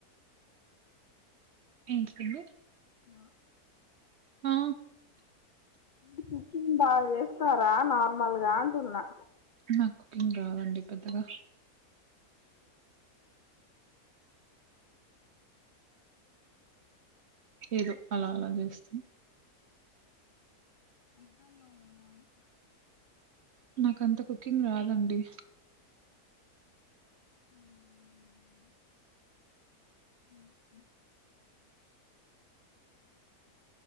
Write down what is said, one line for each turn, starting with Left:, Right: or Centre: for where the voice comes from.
Right: ఏంటిదండి
Left: న
Right: ఆ
Left: మీరు కుకింగ్ బాగా చేస్తారా నార్మల్గా అంటున్నా
Right: నాక్ కుకింగ్ రాదండి పెద్దగా ఏదో అలా అలా చేస్తా
Left: అద్దం కాలే వాయిస్
Right: నాకంత కుకింగ్ రాదండి
Left: అవునా ఒకే